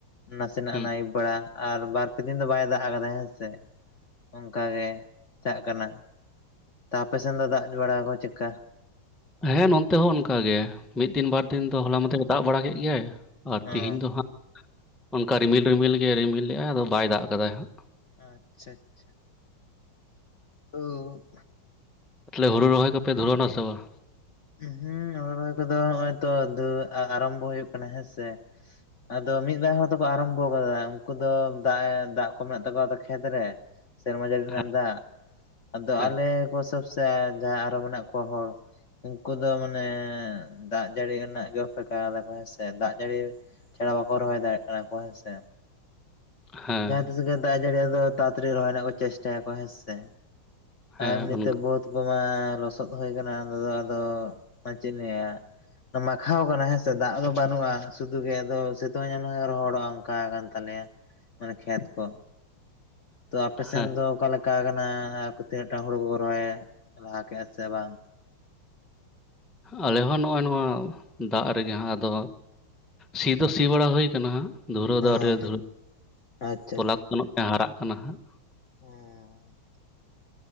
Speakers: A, on the left; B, in the centre.
A: ᱱᱟᱥᱮᱱᱟᱜ
B: ᱦᱩᱸ
A: ᱱᱟ ᱟᱹᱭᱩᱵ ᱵᱮᱲᱟ ᱟᱨ ᱵᱟᱨ ᱯᱮ ᱫᱤᱱ ᱫᱚ ᱵᱟᱭ ᱫᱟᱜ ᱟᱠᱟᱫᱟ ᱦᱮᱸ ᱥᱮ ᱚᱱᱠᱟ ᱜᱮ ᱪᱟᱞ ᱠᱟᱱᱟ᱾ ᱛᱚ ᱟᱯᱮᱥᱮᱱ ᱫᱚ ᱫᱟᱜ ᱵᱟᱲᱟ ᱟᱠᱚ ᱪᱮᱫᱠᱟ?
B: ᱦᱮᱸ ᱱᱚᱱᱛᱮ ᱦᱚᱸ ᱚᱱᱠᱟ ᱜᱮ ᱢᱤᱫ ᱫᱤᱱ ᱵᱟᱨ ᱫᱤᱱ ᱫᱚ ᱦᱚᱞᱟ ᱢᱟᱦᱫᱮᱨ ᱫᱟᱜ ᱵᱟᱲᱟ ᱠᱮᱫ ᱜᱮᱭᱟᱭ ᱟᱨ
A: ᱟᱪᱪᱷᱟ
B: ᱛᱮᱦᱮᱧ ᱫᱚ ᱦᱟᱸᱜ ᱚᱱᱠᱟ ᱨᱤᱢᱤᱞ ᱨᱤᱢᱤᱞ ᱜᱮ ᱨᱤᱢᱤᱞ ᱞᱮᱫ ᱟᱭ ᱟᱫᱚ ᱵᱟᱭ ᱫᱟᱜ ᱠᱟᱫᱟᱭ ᱦᱟᱸᱜ᱾
A: ᱟᱪᱪᱷᱟ ᱟᱪᱪᱷᱟ ᱚᱵ᱾
B: ᱛᱟᱦᱞᱮ ᱦᱩᱲᱩ ᱨᱚᱦᱚᱭ ᱠᱚᱯᱮ ᱫᱷᱩᱨᱟᱹᱣ ᱱᱟ ᱥᱮ ᱵᱟᱝ?
A: ᱦᱩᱸ ᱨᱚᱦᱚᱭ ᱠᱚᱫᱚ ᱱᱚᱜ ᱚᱭ ᱛᱚ ᱫᱩ ᱟᱨᱟᱢᱵᱚ ᱦᱩᱭᱩᱜ ᱠᱟᱱᱟ ᱦᱮᱸᱥᱮ᱾ ᱟᱫᱚ ᱢᱤᱫ ᱵᱟᱨ ᱦᱚᱲ ᱫᱚᱠᱚ ᱟᱨᱟᱢᱵᱷᱚ ᱠᱟᱫᱟ ᱩᱱᱠᱩ ᱫᱚ ᱫᱟᱜ ᱮ ᱫᱟᱜ ᱠᱚ ᱢᱮᱱᱟᱜ ᱛᱟᱠᱚᱣᱟ ᱠᱷᱮᱛ ᱨᱮ ᱥᱮᱨᱢᱟ ᱡᱟᱹᱲᱤ ᱨᱮᱱᱟᱜ
B: ᱦᱮᱸ
A: ᱫᱟᱜ ᱟᱫᱚ
B: ᱦᱮᱸ
A: ᱟᱞᱮ ᱠᱚ ᱥᱚᱵ ᱥᱮ ᱡᱟᱦᱟᱸᱭ ᱟᱨᱚ ᱢᱮᱱᱟᱜ ᱠᱚᱣᱟ ᱦᱚᱲ ᱩᱱᱠᱩ ᱫᱚ ᱢᱟᱱᱮ ᱫᱟᱜ ᱡᱟᱹᱲᱤ ᱨᱮᱱᱟᱜ ᱜᱮ ᱚᱯᱮᱠᱟ ᱫᱟ ᱠᱚ ᱦᱮᱸᱥᱮ ᱫᱟᱜ ᱡᱟᱹᱲᱤ ᱪᱷᱟᱲᱟ ᱵᱟᱠᱚ ᱨᱚᱦᱚᱭ ᱫᱟᱲᱮ ᱭᱟᱜ ᱠᱟᱱᱟ ᱠᱚ ᱦᱮᱸᱥᱮ᱾
B: ᱦᱮᱸ
A: ᱡᱟᱦᱟᱸ ᱛᱤᱥ ᱜᱮ ᱫᱟᱜ ᱡᱟᱹᱲᱤ ᱫᱚ ᱛᱟᱲᱟᱼᱛᱟᱹᱲᱤ ᱨᱚᱦᱚᱭ ᱨᱮᱱᱟᱜ ᱠᱚ ᱪᱮᱥᱴᱟᱭᱟ ᱠᱚ ᱦᱮᱸᱥᱮ᱾
B: ᱦᱮᱸ
A: ᱟᱨ ᱱᱤᱛᱳᱜ
B: ᱚᱱᱠᱟ
A: ᱵᱚᱦᱩᱫ ᱠᱚᱢᱟ ᱞᱚᱥᱚᱫᱽ ᱦᱩᱭ ᱟᱠᱟᱱᱟ <unintelligible> ᱟᱫᱚ ᱪᱮᱫ ᱞᱮᱭᱟ ᱢᱟᱠᱷᱟᱣ ᱠᱟᱱᱟ ᱦᱮᱸᱥᱮ ᱫᱟᱜ ᱫᱚ ᱵᱟᱹᱱᱩᱜᱼᱟ ᱥᱩᱫᱩ ᱜᱮ ᱟ ᱥᱤᱛᱩᱝ ᱧᱮᱱ ᱨᱚᱦᱚᱲᱚᱜᱼᱟ ᱚᱱᱠᱟ ᱠᱟᱱ ᱛᱟᱞᱮᱭᱟ᱾ ᱢᱟᱱᱮ ᱠᱷᱮᱛ ᱠᱚ ᱛᱚ ᱟᱯᱮᱥᱮᱱ
B: ᱦᱮᱸ
A: ᱫᱚ ᱚᱠᱟ ᱞᱮᱠᱟ ᱠᱟᱱᱟ ᱛᱤᱱᱟᱹᱜ ᱴᱟᱝ ᱦᱩᱲᱩ ᱠᱚᱠᱚ ᱨᱚᱦᱚᱭ ᱞᱟᱦᱟ ᱠᱮᱫᱼᱟ ᱥᱮ ᱵᱟᱝ?
B: ᱟᱞᱮ ᱦᱚᱸ ᱱᱚᱜᱼᱚᱸᱚᱭ ᱱᱚᱣᱟ ᱫᱟᱜ ᱨᱮᱜᱮ ᱟᱫᱚ ᱥᱤ ᱫᱚ ᱥᱤ ᱵᱟᱲᱟ ᱦᱩᱭ ᱠᱟᱱᱟ ᱫᱷᱩᱨᱟᱹ
A: ᱦᱮᱸ
B: ᱫᱚ ᱟᱨᱤ ᱫᱷᱩᱨᱟᱹ
A: ᱟᱪᱪᱷᱟ
B: ᱛᱚᱞᱟ ᱠᱚ ᱛᱤᱱᱟᱹᱜ ᱦᱟᱨᱟᱜ ᱠᱟᱱᱟ ᱦᱟᱸᱜ
A: ᱦᱮᱸ